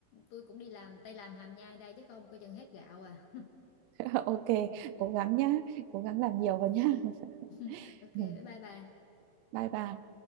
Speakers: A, on the left; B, on the right.
A: tôi cũng đi làm tay làm hàm nhai đây chứ không coi chừng hết gạo à.
B: <laughs> ok cố gắng nhá cố gắng làm nhiều vào nhá <laughs>
A: <laughs> Ok,
B: Ừ,
A: bye bye bà.
B: bye bye